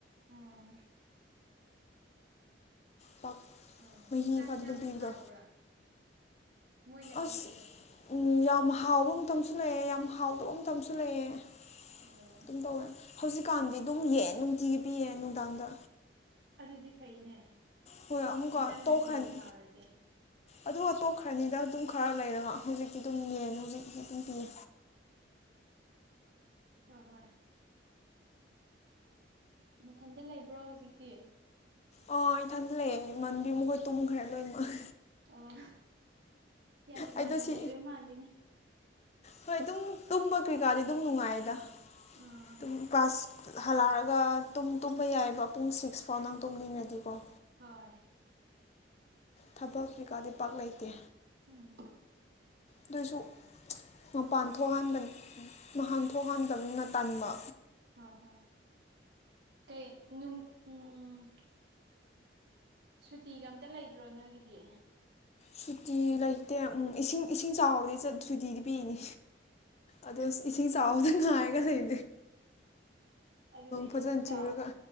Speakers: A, on the right; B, on the left.
A: ꯑꯣ
B: ꯄꯥꯛ
A: ꯑꯣ
B: ꯃꯍꯤ
A: ꯆꯥꯛ
B: ꯈꯛꯇ
A: ꯍꯟꯖꯥꯡꯗꯤ
B: ꯑꯗꯨꯝ ꯄꯤꯕꯗꯣ
A: ꯍꯥꯎꯕ꯭ꯔꯥ ꯃꯣꯏꯅ ꯄꯤꯕꯗꯣ
B: ꯑꯁ ꯎ ꯌꯥꯝ ꯍꯥꯎꯕ ꯃꯇꯝꯁꯨ ꯂꯩꯑꯦ ꯌꯥꯝ ꯍꯥꯎꯗꯕ ꯃꯇꯝ ꯃꯇꯝꯁꯨ ꯂꯩꯌꯦꯦ
A: ꯑꯣ
B: ꯑꯗꯨꯝ ꯇꯧꯋꯦ ꯍꯧꯖꯤꯛꯀꯥꯟꯗꯤ ꯑꯗꯨꯝ ꯌꯦ ꯅꯨꯡꯇꯤꯒꯤ ꯄꯤꯌꯦꯦ ꯅꯨꯡꯗꯥꯡꯗ
A: ꯑꯗꯨꯗꯤ ꯐꯩꯅꯦ
B: ꯍꯣꯏ ꯑꯃꯨꯛꯀꯣ
A: ꯏꯟꯖꯥꯡ ꯅꯨꯡꯇꯤꯒꯤ
B: ꯇꯣꯛꯈꯅꯤ
A: ꯍꯥꯎꯔꯗꯤ
B: ꯑꯗꯨ ꯇꯣꯛꯞꯈ꯭ꯔꯅꯤꯗ ꯑꯗꯨꯝ ꯈꯔ ꯂꯩꯔꯒ ꯍꯧꯖꯤꯛꯇꯤ ꯑꯗꯨꯝ ꯌꯦꯡꯉꯦ ꯍꯧꯖꯤꯛꯇꯤ ꯑꯗꯨꯝ ꯄꯤꯌꯦ
A: ꯍ ꯍꯣꯏ ꯃꯊꯟꯗ ꯂꯩꯕ꯭ꯔꯣ ꯍꯧꯖꯤꯛꯇꯤ
B: ꯑ ꯏꯊꯟꯗꯂꯑꯦ ꯏꯃꯥꯟꯕꯤ ꯃꯈꯣꯏ ꯇꯨꯝꯈ꯭ꯔꯦ ꯂꯣꯏꯅꯃꯛ
A: ꯑꯣ ꯌꯥꯝ ꯅꯨꯡꯉꯥꯏꯅ
B: ꯑꯩꯗꯣ ꯁꯤ
A: ꯂꯩꯕ ꯃꯥꯜꯂꯤꯅꯦ
B: ꯍꯣꯏ ꯑꯗꯨꯝ ꯇꯨꯝꯕ ꯀ꯭ꯔꯤꯀꯥꯗꯤ ꯑꯗꯨꯝ ꯅꯨꯡꯉꯥꯏꯗ
A: ꯑꯥ
B: ꯨꯡ ꯀ꯭ꯂꯥꯁ ꯍꯜꯂꯛꯑꯒꯨꯝ ꯇꯨꯝꯕ ꯌꯥꯏꯑꯕ ꯄꯨꯡ ꯁꯤꯛꯁ ꯐꯥꯎ ꯅꯪ ꯇꯨꯝꯅꯤꯡꯉꯗꯤꯀꯣ
A: ꯍꯣꯏ
B: ꯊꯕꯛ ꯀꯩꯀꯥꯗꯤ ꯄꯥꯛ ꯂꯩꯇꯦ
A: ꯎꯝ
B: ꯑꯗꯨꯏꯁꯨ ꯃꯄꯥꯟ ꯊꯣꯛꯍꯕ ꯃꯍꯥꯟ ꯊꯣꯛꯍꯟꯗꯕꯅꯤꯅ ꯇꯟꯥꯟꯕ
A: ꯍ ꯍꯣꯏ ꯀꯩ ꯅꯨ ꯎꯝ ꯁꯨꯇꯤꯒ ꯑꯝꯇ ꯂꯩꯗ꯭ꯔꯣ ꯅꯣꯏꯒꯤꯗꯤ
B: ꯁꯨꯇꯤ ꯂꯩꯇꯦ ꯎ ꯏꯁꯤꯡ ꯏꯁꯤꯡ ꯆꯥꯎꯕꯗꯤ ꯁꯨꯇꯤꯗꯤ ꯄꯤꯅꯤ ꯑꯗ ꯏꯁ ꯆ ꯆꯥꯎꯑꯣꯗ ꯉꯥ ꯀ ꯂꯩ
A: ꯑꯗꯨꯗꯤ
B: ꯐꯖꯅ
A: ꯏꯁꯤꯡ ꯆꯥꯎ
B: ꯆꯨꯔꯒ